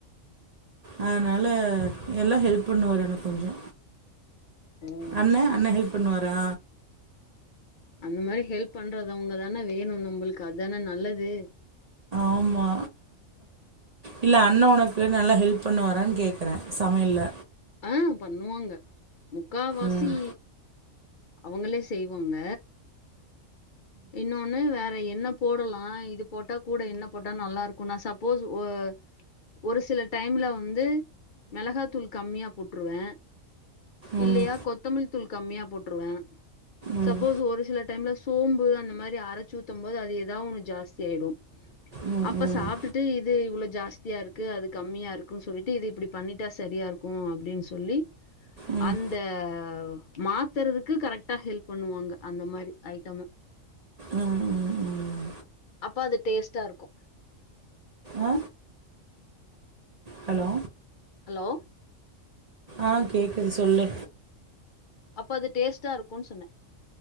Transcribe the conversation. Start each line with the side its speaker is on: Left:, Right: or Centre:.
Right: அதனால எல்லா ஹெல்ப் பண்ணுவாரு எனக்கு கொஞ்சோ
Left: ம்
Right: அண்ணே அண்ணே ஹெல்ப் பண்ணுவா ரா
Left: அந்த மாரி ஹெல்ப் பண்றதவங்கதான வேணு நம்மளுக்கு அதான நல்லது
Right: ஆமா இல்ல அண்ண உனக்கு நல்லா ஹெல்ப் பண்ணுவாரான்னு கேக்குறே சமையல்ல
Left: ஆ பண்ணுவாங்க முக்காவாசி
Right: ம்.
Left: அவங்களே செய்வாங்க இன்னொன்னு வேற என்ன போடலா இது போட்டா கூட என்ன போட்டா நல்லா இருக்கு நா சப்போஸ் ஒ ஒரு சில டைம்ல வந்து மெளகாத்தூள் கம்மியா போட்ருவே
Right: ம்.
Left: இல்லையா கொத்தமல் தூள் கம்மியா போட்ருவே
Right: ம்.
Left: சப்போஸ் ஒரு சில டைம்ல சோம்பு அந்த மாரி அரைச்சு ஊத்தும் போது அது எதா ஒன்னு ஜாஸ்தி ஆயிடு
Right: ம். ம்.
Left: அப்ப சாப்டுட்டு
Right: ம்.
Left: இது இவ்ளோ ஜாஸ்தியா இருக்கு அது கம்மியா இருக்குன்னு சொல்லிட்டு இது இப்டி பண்ணிட்டா சரியா இருக்கு அப்டின்னு சொல்லி
Right: ம்.
Left: அந்த மாத்தறதுக்கு கரெக்டா ஹெல்ப் பண்ணுவாங்க அந்த மாரி ஐட்டமா
Right: ம். ம்.
Left: அப்ப அது டேஸ்ட்டா இருக்கு
Right: ஆ ஹலோ
Left: ஹலோ
Right: ஆ கேக்குது சொல்லு
Left: அப்ப அது டேஸ்ட்டா இருக்குன்னு சொன்னே